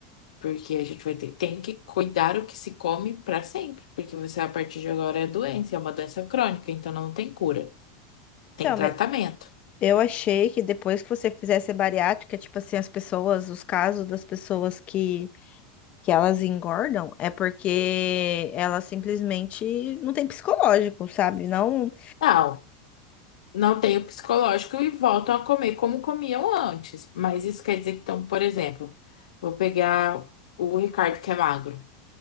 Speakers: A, on the left (about 85°); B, on the left (about 35°).
A: Porque a gente vai ter, tem que cuidar o que se come para sempre. Porque você, a partir de agora, é doença, é uma doença crônica, então não tem cura. Tem
B: Então,
A: tratamento.
B: mas eu achei que depois que você fizesse a bariátrica, tipo assim, as pessoas, os casos das pessoas que que elas engordam é porque elas simplesmente não têm psicológico, sabe? Não
A: Não, não tem o psicológico e voltam a comer como comiam antes. Mas isso quer dizer que, então, por exemplo, vou pegar o Ricardo que é magro.